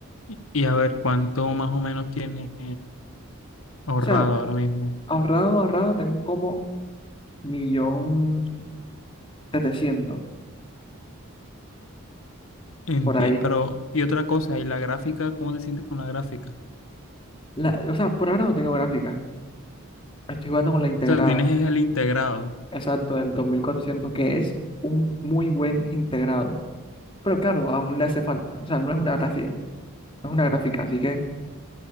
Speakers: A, on the left (about 70°); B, on the left (about 25°).
A: Y, y a ver, ¿cuánto más o menos tienes ahorrado
B: O sea,
A: ahora mismo?
B: ahorrado, ahorrado, tengo como millón setecientos
A: Enti-
B: por ahí.
A: Pero, y otra cosa, ¿y la gráfica? ¿Cómo te sientes con la gráfica?
B: La- o sea, por ahora no tengo gráfica. Estoy jugando con la integrada,
A: O sea, tienes es el integrado.
B: exacto, del 2400 que es un muy buen integrado. Pero claro, aún le hace falta. O sea, no es una gráfica, no es una gráfica, así que